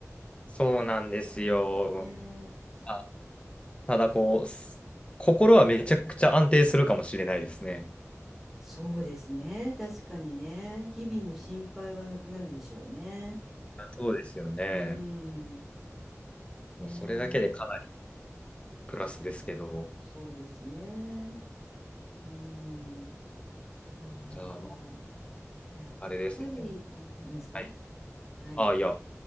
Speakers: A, on the left; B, in the centre.
A: そうなんですよ。
B: ねえ。
A: あ、ただこう、す心はめちゃくちゃ安定するかもしれないですね。
B: そうですね。確かにね。日々の心配はなくなるでしょうね。
A: あそうですよね。
B: うん。ねえ。
A: もうそれだけでかなりプラスですけど、
B: そう。そうですね。うん。まあ、
A: じゃあ、
B: だから、
A: ま
B: やっぱり、
A: あ、あれですね。
B: うん、何ですか
A: はい。
B: はい。
A: あ、
B: い
A: いや、